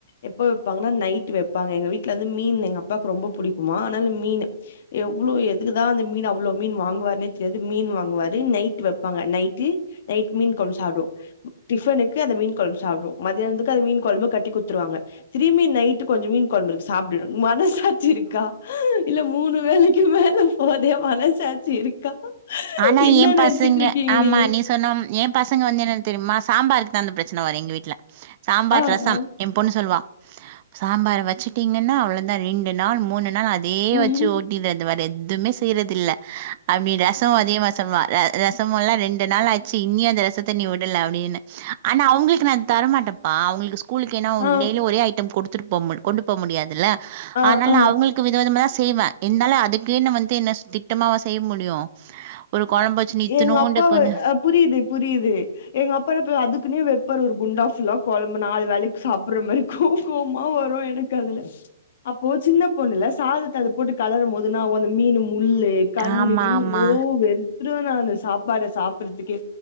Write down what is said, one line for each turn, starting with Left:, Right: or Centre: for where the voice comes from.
Left: எப்ப வைப்பாங்கன்னா நைட்டு வைப்பாங்க எங்க வீட்ல இருந்து மீன் எங்க அப்பாவுக்கு ரொம்ப புடிக்குமா அதனால மீனு அவ்ளோ எதுக்குதா அந்த மீன் அவ்ளோ மீன் வாங்குவாருனே தெரியாது மீன் வாங்குவாரு நைட் வைப்பாங்க நைட்டு நைட் மீன் குழம்பு சாப்டுவோ டிபனுக்கு அந்த மீன் குழம்பு சாப்டுவோ மதியானத்துக்கு அந்த மீன் குழம்பு கட்டி கூத்துருவாங் க திரும்பி நைட்டு கொஞ்ச மீன் குழம்பு இருக்கு சாப்டு மனசாச்சி இருக் க்கா இல்ல மூணு வேலைக்கு மேல போதே மனசாச்சி இருக்கா
Right: ஆனா
Left: என்ன
Right: ஏ பாசங்க
Left: நெனச்சிட்டு இருக்கீங்க
Right: ஆமா
Left: நீங்க?
Right: நீ சொன்ன ஏ பசங்க வந்து என்னன்னு தெரியுமா சாம்பாருக்கு தா அந்த பிரச்சன வரு எங்க வீட்ல சாம்பார்
Left: ஆ,
Right: ரசம்
Left: ஆ.
Right: ஏ பொண்ணு சொல்லுவா சாம்பார் வச்சுட்டீங்கன்னா அவ்ளோதா ரெண்டு நாள் மூணு நாள் அதே
Left: ம்ஹ்ம்.
Right: வச்சு ஓட்டிறது வேற எதுமே செய்யறது இல்ல அப்டி ரசம் அதேமா சொல்வா ரசம்மெல்லா ரெண்டு நாள் ஆச்சு இனியு அந்த ரசத்த நீ விடல அப்படின்னு ஆனா அவங்களுக் நா தரமாட்டப்பா அவங்களுக்கு ஸ்கூலுக்கு ஏன்னா
Left: ஆ,
Right: டெய்லி ஒரே ஐட்டம் கொடுத்துட்டு போ கொண்டு போ முடியாதுல்ல
Left: ஆ,
Right: ஆனாலு
Left: ஆ.
Right: அவங்களுக்கு வித விதமா தா செய்வ இருந்தாலு அதுக்குனு வந்து என்ன திட்டமாவா செய்ய முடியு ஒரு கொழம்பு வச்சுன்னு இத்துனூண்டு
Left: எங்க அப்பாவ
Right: கொஞ்ச
Left: ஆ புரியுது புரியுது எங்க அப்பான அதுக்குனே வைப்பர் ஒரு குண்டா ஃபுல்லா கொலம்பு நாலு வேலைக்கு சாப்படற மாறி கோ கோமா வரு எனக்கு அதுல அப்போ சின்ன பொண்ணுல்ல சாதத்த அத போட்டு கலர போது என்ன ஆவு அந்த மீனு முல்லு கண்ணு
Right: ஆமா
Left: கின்னு
Right: ஆமா
Left: ஓ வெரு திருவ நானு சாப்பாட சாப்பறதுக்கே